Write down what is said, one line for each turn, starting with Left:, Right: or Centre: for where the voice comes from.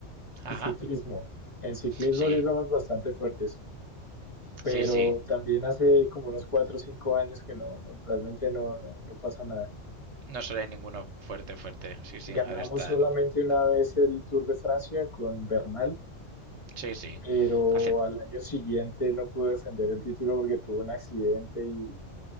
Right: Ajá.
Left: y ciclismo. En ciclismo
Right: Sí,
Left: sí somos bastante fuertes, pero
Right: sí, sí.
Left: también hace como unos cuatro o cinco años que no, no- realmente no, no, no pasa nada.
Right: No suele ninguno fuerte, fuerte. Sí, sí,
Left: Ganamos
Right: ahora están.
Left: solamente una vez el Tour de Francia con Bernal,
Right: Sí, sí.
Left: pero
Right: Hace
Left: al año siguiente no pudo defender el título porque tuvo un accidente y